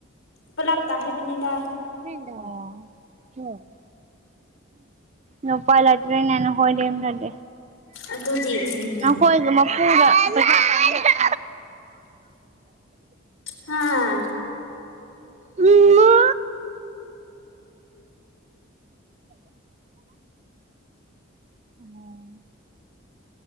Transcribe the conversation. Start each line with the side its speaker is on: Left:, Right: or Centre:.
Left: ꯄꯨꯂꯥꯞꯇꯥ ꯍꯥꯏꯕꯅꯤꯗ
Right: <unintelligible> ꯅꯨꯄꯥꯏ ꯂꯩꯇ꯭ꯔꯦꯅꯦ ꯅꯍꯣꯏꯗꯤ ꯑꯗꯨ
Left: ꯑꯗꯨꯗꯤ ꯎꯝ
Right: ꯅꯈꯣꯏꯒꯤ ꯃꯄꯨꯒ ꯄꯩꯁꯥ
Left: ꯍꯥꯥ
Right: ꯎꯃ ꯑꯣꯝ